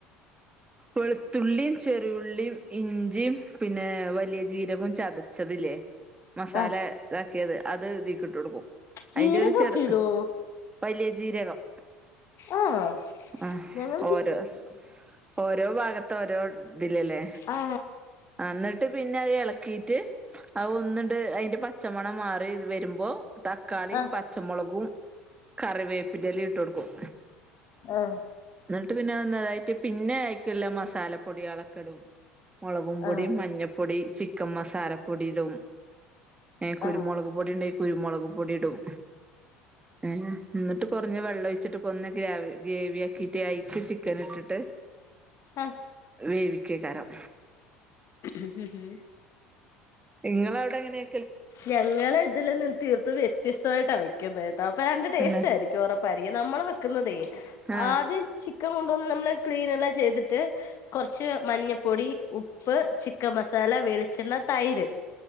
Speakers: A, on the right; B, on the left.
A: വെളുത്തുള്ളിയും ചെറിയുള്ളിയും ഇഞ്ചിയും പിന്നെ വലിയ ജീരകവും ചതച്ചതില്ലേ മസാല
B: ആ
A: ഇതാക്കിയത് അത് ഇതെക്കിട്ട് കൊടുക്കും
B: ജീരകൊക്കെ
A: അതിന്റെ ഒരു ചെറു
B: ഇടോ
A: വലിയ ജീരകം
B: ആഹ
A: ആഹ്
B: ഞങ്ങ
A: ഓരോ ഓരോ ഭാഗത്ത ഓരോ ഇതില്ലല്ലേ
B: ആ
A: എന്നിട്ട് ഇട്ട് പിന്നെ അത് ഇളക്കിയിട്ട് അ ഒന്നിണ്ട് അതിന്റെ പച്ചമണം മാറിത് വരുമ്പോ തക്കാളിയും
B: ആ
A: പച്ചമുളകും കറിവേപ്പിന്റെ ഇല ഇട്ട് കൊടുക്കും
B: ആഹ
A: എന്നിട്ട് പിന്നെ വന്നതായിട്ട് പിന്നെ ആയിക്കല്ല മസാലപ്പൊടികളക്കെടും മുളകും പൊടിയും
B: ആ ആ
A: മഞ്ഞപ്പൊടി ചിക്കൻ മസാലപ്പൊടീടും ഏ കുരുമുളക്
B: ആ
A: പൊടി ഉണ്ട കുരുമുളക് പൊടി ഇടും ഏ എന്നിട്ട് കുറഞ്ഞ വെള്ളം ഒഴ വച്ചിട്ട് കൊന്ന് ഗ്രാവി ഗ്രേവി ആക്കിട്ട് അക്ക് ചിക്കൻ ഇട്ടിട്ട്
B: ആ
A: വേവിക്ക കരം
B: ഹ ഹും
A: നിങ്ങവിടെ എങ്ങനെയ
B: ഞങ്ങള് ഇതില് നി തീർത്ത വ്യത്യസ്തമായിട്ടാ വെക്കുന്നത് കേട്ടോ അപ്പൊ രണ്ട് ടേസ്റ്റ്
A: തന്നെ
B: ആയിരിക്കും ഉറപ്പ രിക്ക നമ്മൾ വെക്കുന്നതേ
A: ആഹ്
B: ആദ്യം ചിക്കൻ കൊണ്ടന്ന് നമ്മള് ക്ലീൻല്ലാം ചെയ്തിട്ട് കുറച്ച് മഞ്ഞപ്പൊടി ഉപ്പ് ചിക്കൻ മസാല വെളിച്ചെണ്ണ തൈര്